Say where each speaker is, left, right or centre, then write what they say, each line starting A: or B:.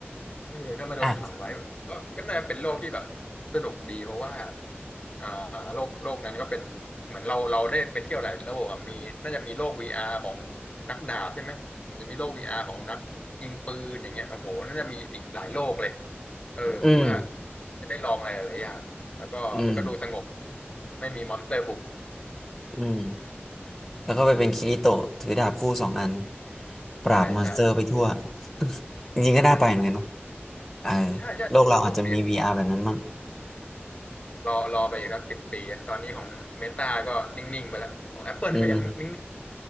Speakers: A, on the left; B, in the centre.
A: เออถ้ามาโดนขังไว้ก็ก็น่าจะเป็นโลกที่แบบสนุกดีเพราะว่า
B: อ่ะ
A: อ่าโลกโลกนั้นก็เป็นเหมือนเราเราได้ไปเที่ยวหลายโลกอะมีน่าจะมีโลก VR ของนักดาบใช่ไหมมันจะมีโลก VR ของนักยิงปืนอย่างเงี้ยโอ้โหน่าจะมีอีกหลายโลกเลยเออผมว่า
B: อืม
A: จะได้ลองอะไรหลายอย่างแล้วก็ก็ดูสงบดี
B: อืม
A: ไม่มีมอนสเตอร์บุก
B: อืม แล้วก็ไปเป็นคิริโตะถือดาบคู่สองอัน
A: <laughs>
B: ปราบมอนสเตอร์ไปทั่ว
A: ใช่ใช่
B: <laughs> จริงๆก็น่าไปเหมือนกันเนอะ
A: อืม
B: เออ
A: ใช่ใช่สนุกดี
B: โลกเราอาจจะมี VR แบบนั้นมั้ง
A: รอรอไปอีกสักสิบปีอะตอนนี้ของเมตาก็นิ่งๆไปแล้วของ Apple
B: <laughs> อืม
A: นี่ก็ยังนิ่ง